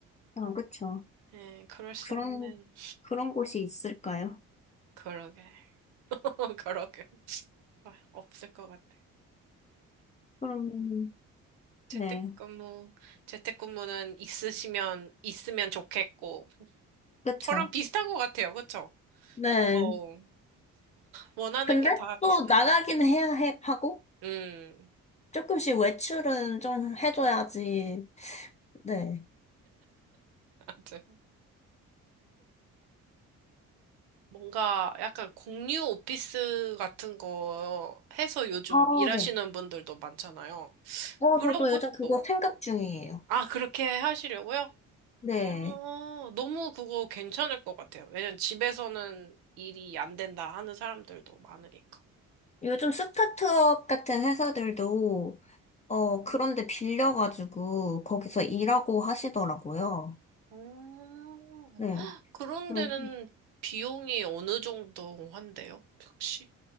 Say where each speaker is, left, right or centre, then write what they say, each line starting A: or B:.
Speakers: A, on the left; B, on the right.
A: 아, 그쵸.
B: 예, 그럴 수
A: 그런,
B: 없는.
A: 그런 곳이 있을까요?
B: 그러게. <laughs> 그러게. 아, 없을 것 같아.
A: 그럼,
B: 재택근무,
A: 네.
B: 재택근무는 있으시면, 있으면 좋겠고,
A: 그쵸.
B: 저랑 비슷한 것 같아요. 그쵸?
A: 네.
B: 저도 원하는
A: 근데
B: 게 다 비슷한.
A: 또 나가긴 해야 해, 하고,
B: 음,
A: 조금씩 외출은 좀 해줘야지. 네.
B: 맞아. 뭔가 약간 공유 오피스 같은 거 해서 요즘
A: 아,
B: 일하시는
A: 네.
B: 분들도 많잖아요.
A: 어,
B: 그런
A: 저도
B: 것도.
A: 요즘 그거 생각 중이에요.
B: 아, 그렇게 하시려고요?
A: 네.
B: 아, 너무 그거 괜찮을 것 같아요. 왜냐면 집에서는 일이 안 된다 하는 사람들도 많으니까.
A: 요즘 스타트업 같은 회사들도, 어, 그런데 빌려가지고 거기서 일하고 하시더라고요.
B: 음,
A: 네.
B: 그런
A: 그래서
B: 데는 비용이 어느 정도 한대요? 혹시?